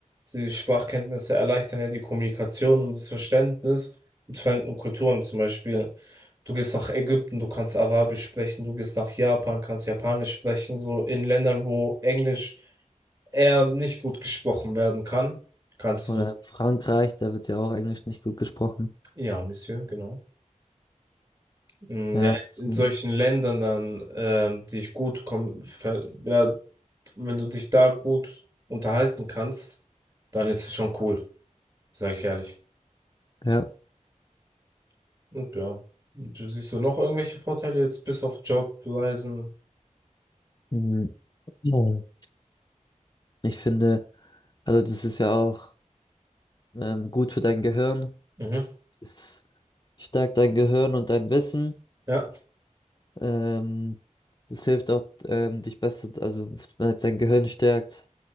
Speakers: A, on the right; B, on the left.
A: die Sprachkenntnisse erleichtern ja die Kommunikation und das Verständnis mit fremden Kulturen. Zum Beispiel, du gehst nach Ägypten, du kannst Arabisch sprechen, du gehst nach Japan, kannst Japanisch sprechen, so in Ländern, wo Englisch eher nicht gut gesprochen werden kann, kannst
B: Oder
A: du,
B: in Frankreich, da wird ja auch Englisch nicht gut gesprochen.
A: ja, Monsieur, genau. Mm,
B: Ja,
A: Ja,
B: so,
A: in solchen Ländern dann, ähm, die gut kommen ver- ja, Und wenn du dich da gut unterhalten kannst, dann ist es schon cool, sage ich ehrlich.
B: ja.
A: Und ja, du siehst du noch irgendwelche Vorteile jetzt bis auf Job, Reisen?
B: Mhm. Mhm. Ich finde, also das ist ja auch ähm, gut für dein Gehirn.
A: Mhm.
B: Es stärkt dein Gehirn und dein Wissen.
A: Ja.
B: Ähm, das hilft auch, ähm, dich besser, also wenn es dein Gehirn stärkt,